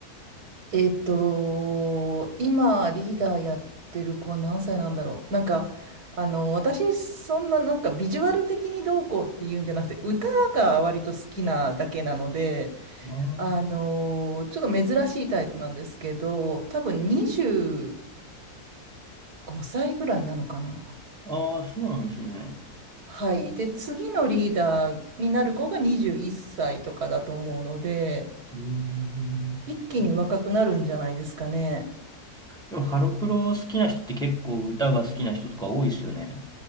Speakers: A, on the right; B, in the centre.
A: えっと、今リーダーやってる子は何歳なんだろう。なんかあの私そんななんかビジュアル的にどうこうっていうんじゃなくて、歌が割と好きなだけなので。
B: ああ、
A: あのーちょっと珍しいタイプなんですけど、多分25歳ぐらいなのかな。
B: あーあーそうなんですね。
A: はい。で、次のリーダーになる子が21歳とかだと思うので、
B: へえ
A: 一気に若くなるんじゃないですかね。
B: でもハロプロ好きな人って結構歌が好きな人とか多いですよね。